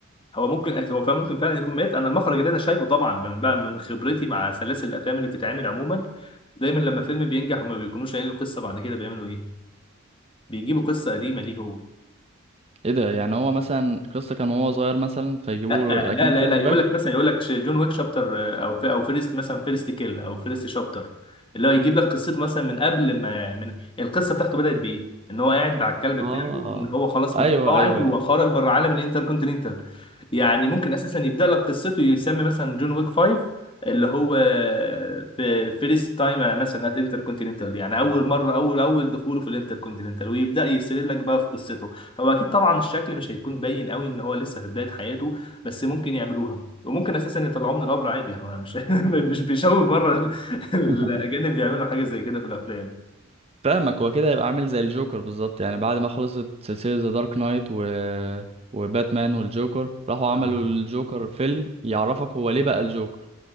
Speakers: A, on the left; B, on the right.
A: هو ممكن هو فعلا ممكن فعلا يكون مات انا المخرج اللي انا شايفه طبعا من بقى من خبرتي مع سلاسل الافلام اللي بتتعمل عموما دايما لما فيلم بينجح وما بيكونوش قايلين له قصه بعد كده بيعملوا ايه بيجيبوا قصه قديمه ليه هو
B: ايه ده يعني هو مثلا القصه كان وهو صغير مثلا فيجيبوا
A: لا
B: له لكن
A: لا لا
B: فلاش
A: لا يقول
B: باك
A: لك مثلا يقول لك ش- جون ويك شابتر آه، او في او فيرست مثلا فيرست كيل او فيرست شابتر اللي هو يجيب لك قصته مثلا من قبل ما من القصه بتاعته بدات بايه ان هو قاعد مع الكلب بتاعه
B: اه
A: ان هو خلاص
B: ايوه
A: متقاعد
B: ايوه
A: وخرج بره عالم الانتركونتيننتال يعني ممكن اساسا يبدا لك قصته يسمي مثلا جون ويك 5 اللي هو في فيرست تايم مثلا ات انتركونتيننتال يعني اول مره اول اول دخوله في الانتركونتيننتال ويبدا يسرد لك بقى في قصته هو اكيد طبعا الشكل مش هيكون باين قوي ان هو لسه في بدايه حياته بس ممكن يعملوها وممكن اساسا يطلعوه من القبر عادي احنا مش <laughs> مش بيشوف بره <laughs> الاجانب
B: <laughs>
A: بيعملوا حاجه زي كده في الافلام
B: فاهمك هو كده هيبقى عامل زي الجوكر بالظبط يعني بعد ما خلصت سلسله ذا دارك نايت و وباتمان والجوكر راحوا عملوا
A: تمام.
B: الجوكر فيلم يعرفك هو ليه بقى الجوكر